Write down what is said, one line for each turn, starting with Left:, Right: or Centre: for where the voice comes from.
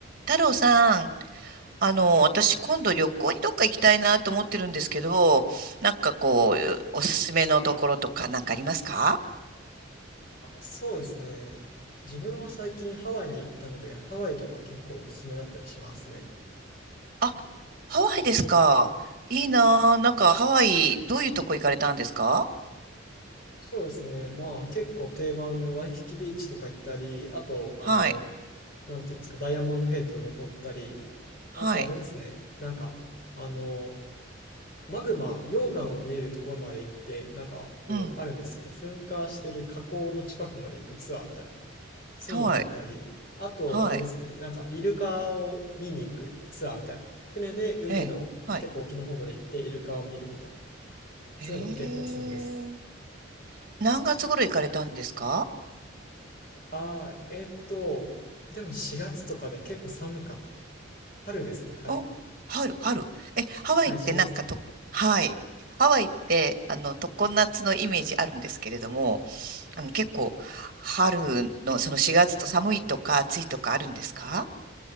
Right: 太郎さん、あの、私今度旅行にどっか行きたいなと思ってるんですけど、なんかこう、おすすめのところとかなんかありますか
Left: あ、そうですね。自分は最近ハワイに行ったので、ハワイとか結構おすすめだったりしますね。
Right: あ、ハワイですか。いいなぁ。なんかハワイ、どういうとこ行かれたんですか
Left: そうですね。まあ結構定番のワイキキビーチとか行ったり、あと、あの、
Right: はい、
Left: なんていうんですか、ダイヤモンドヘイトを登ったり、あとあれですね、
Right: はい、
Left: なんか、あの、マグマ、溶岩を見れるところまで行って、なんかこうあるんですよね。
Right: うん、
Left: 噴火してる火口の近くまで行くツアーみたいな。そういうのに行ったり、
Right: はい、
Left: あと、
Right: はい、
Left: あれですね、なんかイルカを見に行くツアーみたいな。船で海の結構沖の方まで行ってイルカを見るみたいな。
Right: ええ、はい。
Left: そういうの結構おすすめです。
Right: ええ。何月頃行かれたんですか
Left: ああ、えっと、でも4月とかで結構寒かった。春ですね、春。
Right: お、春、春。え、ハワイってなんかと、
Left: はい、4月とか。
Right: はい。ハワイって、あの、常夏のイメージあるんですけれども、あの、結構、春のその4月と寒いとか暑いとかあるんですか